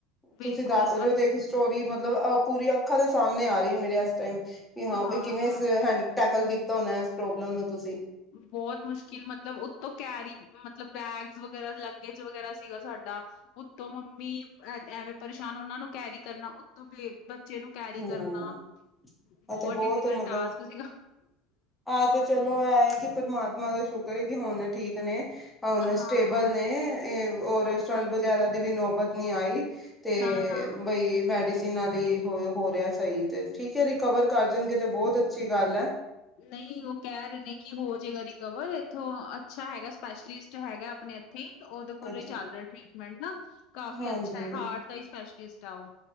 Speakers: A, on the left; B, in the centre.
A: ਬਿਲਕੁਲ
B: ਤੁਸੀਂ ਦੱਸ ਰਏ
A: ਅਸ
B: ਹੋ ਤੇ ਇੱਕ ਸਟੋਰੀ ਮਤਲਬ ਪੂਰੀ ਅੱਖਾਂ ਦੇ ਸਾਹਮਣੇ ਆ ਰਈ ਮੇਰੇ ਇਸ ਟਾਈਮ ਵੀ ਹਾਂ
A: ਹਾਂ-ਹਾਂ
B: ਬਈ ਕਿਵੇਂ ਇਸ ਹੈਂ ਟੈਕਲ ਕੀਤਾ ਹੋਨਾ ਇਸ ਪ੍ਰੋਬਲਮ ਨੂੰ ਤੁਸੀ
A: ਬੋਤ ਮੁਸ਼ਕਿਲ ਮਤਲਬ ਉਤੋਂ ਕੈਰੀ ਮਤਲਬ ਬੈਗ ਵਗੈਰਾ ਲੱਗੇਜ ਵਗੈਰਾ ਸੀਗਾ ਸਾਡਾ ਉੱਤੋਂ ਮੰਮੀ ਐਵੇਂ ਪਰੇਸ਼ਾਨ ਉਨਾਂ ਨੂੰ ਕੈਰੀ ਕਰਨਾ ਉਤੋਂ <unintelligible> ਬੱਚੇ ਨੂੰ ਕੈਰੀ
B: ਹਮ
A: ਕਰਨਾ ਬੋ
B: ਅਤੇ
A: ਡਿਫੀਕਲਟ
B: ਬਹੁਤ ਮਤਲਬ
A: ਟਾਸਕ ਸੀਗਾ।
B: ਇਹ
A: ਹੋਰ
B: ਤੇ ਚਲੋ ਐ ਕਿ ਪਰਮਾਤਮਾ ਦਾ ਸ਼ੁਕਰ ਐ ਕਿ ਹੁਣ ਠੀਕ ਨੇ। ਹੁਨ
A: ਹਾਂ
B: ਸਟੇਬਲ ਨੇ ਔਰ ਸਟੰਟ
A: ਹਾਂਜੀ
B: ਵਗੈਰਾ ਦੀ ਵੀ ਨੌਬਤ ਨੀ ਆਈ। ਤੇ
A: ਨਾ ਨਾ
B: ਬਈ ਮੈਡੀਸਿਨਾਂ ਲਈ ਹੋ-ਹੋ ਰਿਆ ਸਈ। ਤੇ ਠੀਕ ਐ ਰਿਕਵਰ ਕਰ ਜਾਣਗੇ ਤੇ ਬੋਤ ਅੱਛੀ ਗੱਲ ਐ।
A: ਨਈ ਓ ਕੈ ਰਏ ਨੇ ਕਿ ਹੋ ਜਏਗਾ ਰਿਕਵਰ ਇੱਥੋਂ ਅੱਛਾ ਹੈਗਾ ਸਪੈਸ਼ਲਿਸਟ ਹੈਗਾ ਆਪਣੇ ਇ ਥਿੰਕ ਉਦੇ ਕੋਲ
B: ਅੱਛਾ
A: ਹੀ ਚੱਲ ਰਿਆ ਟ੍ਰਰੀਟਮੈਂਟ ਨਾ ਕਾਫੀ
B: ਹਾਂਜੀ
A: ਅੱਛਾ ਹੈ ਹਾਰਟ ਦਾ ਈ ਸਪੈਸ਼ਲਿਸਟ ਆ ਓ